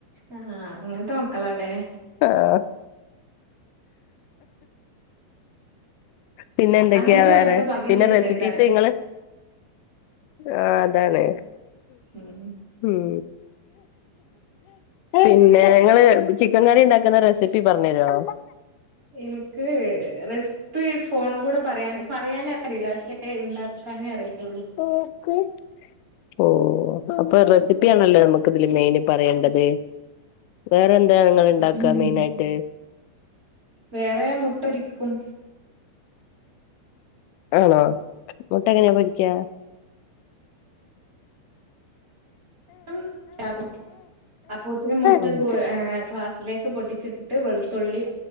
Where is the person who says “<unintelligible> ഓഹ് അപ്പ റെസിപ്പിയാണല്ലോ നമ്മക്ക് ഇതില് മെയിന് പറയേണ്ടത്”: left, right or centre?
Left